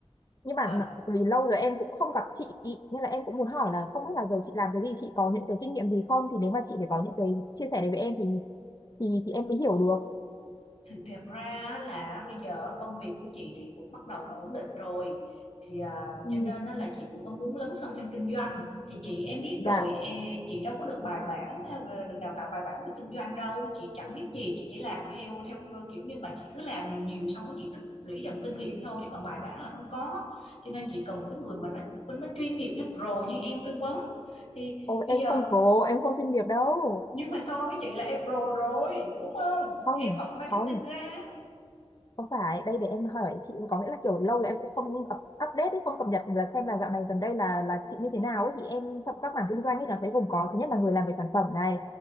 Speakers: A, on the left; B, on the left.
A: nhưng mà
B: À
A: vì lâu rồi em cũng không gặp chị ý, nên là em cũng muốn hỏi là không biết là giờ chị làm cái gì chị có những cái kinh nghiệm gì không thì nếu mà chị phải có những cái chia sẻ đấy với em thì thì, thì em mới hiểu được
B: thì thiệt ra là bây giờ công việc của chị thì cũng bắt đầu nó ổn định rồi thì à,
A: ừ,
B: cho nên á là chị cũng có muốn lấn sân sang kinh doanh thì chị em biết
A: dạ
B: rồi e, chị đâu có được bài bản à, được đào tạo bài bản về kinh doanh đâu chị chẳng biết gì chị chỉ làm theo theo cơ kiểu như mà chị cứ làm nhiều nhiều xong rồi chị tích lũy dần kinh nghiệm thôi chứ còn bài bản là không có cho nên chị cần một cái người mà nó nó chuyên nghiệp nó pro như em tư vấn thì
A: Ô,
B: bây
A: em
B: giờ
A: không pro em không chuyên nghiệp đâu
B: nhưng mà so với chị là em pro rồi đúng không
A: không
B: em học marketing
A: không
B: ra
A: không phải đây để em hỏi chị có nghĩa là kiểu lâu rồi em cũng không up, update ấy, không cập nhật là xem là dạo này gần đây là là chị như thế nào ấy thì em trong các mảng kinh doanh ấy nó sẽ gồm có thứ nhất là người làm về sản phẩm này